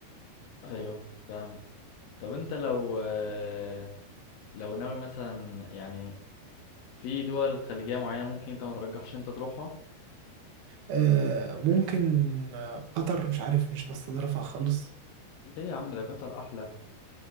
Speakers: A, on the left; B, on the right.
A: ايوه فاهمك طب انت لو آه، لو ناوي مثلا يعني في دول خليجيه معينه ممكن انت ما ترجحش انت تروحها
B: آه، ممكن آه، قطر مش عارف مش بستظرفها خالص
A: ليه يا عم ده قطر احلى